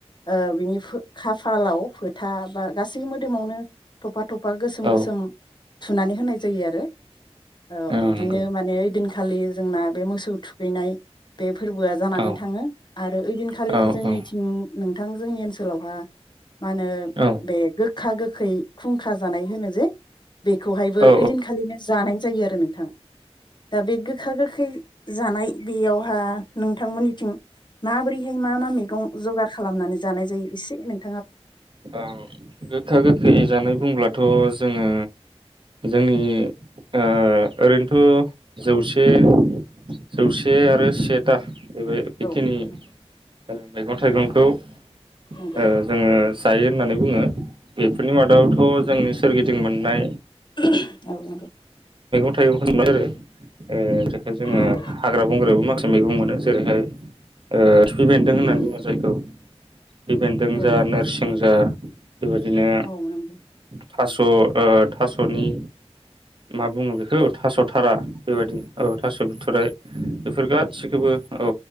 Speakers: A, on the left; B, on the right.
A: ओ बिनि खाफालाव फोथ था बा गासै मोदोमावनो थफा-थफ बा गोसोम
B: औ
A: गोसोम थुनानै होनाय जायो आरो ओ बिदिनो
B: औ नंगौ
A: माने ओइदिन खालि जोंना बे मोसौ थुखैनाय बे फोरबोआ जानानै
B: औ
A: थाङो आरो ओइदिनखालिनो
B: औ
A: जोंनिथिं।
B: औ
A: नोंथां जोंनि ओनसोलावहा मा होनो
B: औ
A: बे गो गोखा गोखै खुं खा जानाय होनो जे बेखौहायबो
B: औ
A: ओइदिनखालिनो जानाय जायो आरो नोंथां। दा बे गोखा गोखै जानाय बेयावहा नोंथांमोननिथिं माबोरैहाय? मा-मा मैगं जगार खालामनानै जानाय जायो एसे नो।
B: ओं गोखा गोखै जानाय बुंब्ला थ जोङो जोंनि ओ ओरैनोथ जौसे-जौसे आरो सेथा बे
A: औ
B: बेखिनि
A: नंगौ
B: ओं मैगं थाइगंखौ
A: नोंगौ
B: ओ जोङो जायो होननानै बुङो बेेफोरनि मादावथ जोंनि सोरगिदिं मोननाय
A: <inaudible>
B: <unintelligible> आरो ए जेखो जोङो
A: नंगौ
B: हाग्रा बंग्रायाबो माखा मैगं मोनो जेरैहाय ओ थुफि बेन्दों होननानै
A: नंगौ
B: बुङो जायखौ <unintelligible>
A: औ
B: जा नोरसिं जा बेबादिनो
A: औ नंगौ
B: थास' ओ थास'नि मा बुङो बेखौ थास' थारा बेबादि औ थास' बिथ'राइ बेफोर गासिखोबो औ